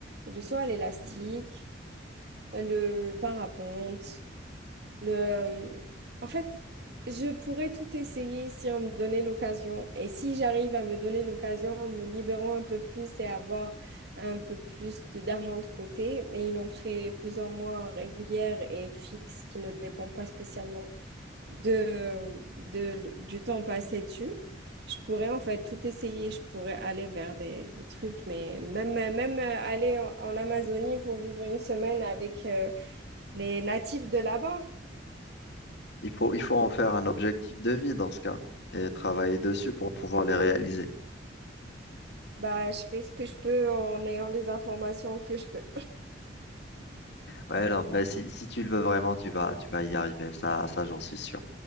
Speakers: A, on the right; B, on the left.
A: le saut à l'élastique, euh, le parapente, le... euh, En fait, je pourrais tout essayer si on me donnait l'occasion. Et si j'arrive à me donner l'occasion en me libérant un peu plus et avoir un peu plus de- d'argent de côté, mais une entrée plus ou moins régulière et fixe qui ne dépend pas spécialement de, de- du temps passé dessus, je pourrais en fait tout essayer. Je pourrais aller vers des, des trucs, mais même, même euh, aller en, en Amazonie pour vivre une semaine avec euh, les natifs de là-bas,
B: Il faut, il faut en faire un objectif de vie dans ce cas et travailler dessus pour pouvoir les réaliser.
A: bah, je fais ce que je peux en ayant les informations que je peux.
B: Ouais, alors, mais si, si tu le veux vraiment, tu vas, tu vas y arriver. Ça, ça, j'en suis sûr.